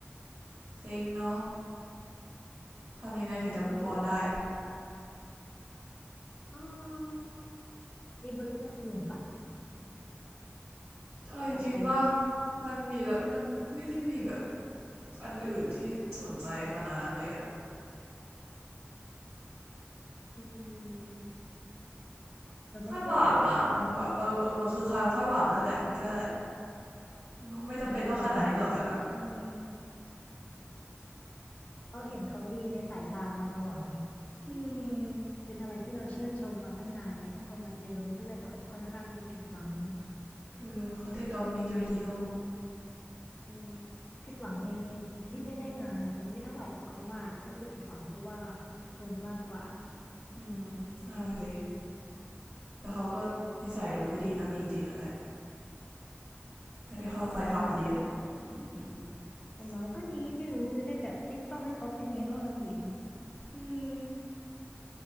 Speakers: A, on the right; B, on the left.
A: เซ็งเนาะทำยังไงถึงจะ
B: อืม
A: move on ได้
B: อืมมีบริษัทอื่นปะ
A: เอาจริงๆป่ะ
B: ถ้าอยากไป
A: มันมีแบบมันไม่ได้มีแบบอันอื่นที่สนใจขนาดนั้นเลยอะ
B: อืมเดี๋ยวมันก็มีแหละมันก็
A: คาดหวังอะมันก็แบบเออเออมันคือความคาดหวังนั่นแหละมันก็แหละัไม่จำเป็นต้องขนาดนี้หรอกแต่ก็อืม
B: มันผิดหวังไงเขารู้ความจริงเราเห็นเขาดีในสายตามาตลอดไง
A: อืม
B: เป็นอะไรที่เราชื่นชมมาตั้งนานเนี่ยพอมาเจอมันก็เลยแบบค่อนข้างจะผิดหวัง
A: เออเขาเรียกดอนมีเดียฮีโร่
B: อืมผิดหวังในที่ไม่ได้งานอ่ะมันไม่เท่าไหร่หรอกเขาว่าน่าจะผิดหวังเพราะว่าคนมากกว่า
A: อืมน่าสิ แต่เขาก็นิสัยดูไม่ดีตั้งจริงๆอะแหละไม่ได้เข้าไปทำอดีตอะอืมอืม
B: อืมอย่างน้อยก็ดีไม่รู้จะได้แบบไม่ต้องให้เขาเป็นฮีโร่เราอีกไง
A: อืม